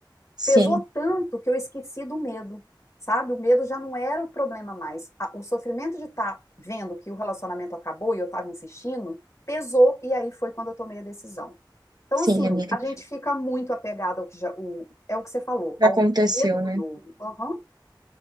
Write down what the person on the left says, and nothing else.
Pesou tanto que eu esqueci do medo, sabe? O medo já não era o problema mais. A- o sofrimento de estar vendo que o relacionamento acabou e eu estava insistindo, pesou e aí foi quando eu tomei a decisão. Então,
assim,
a gente fica muito apegado ao que já, o, é o que você falou,
ao
medo
do novo. Aham.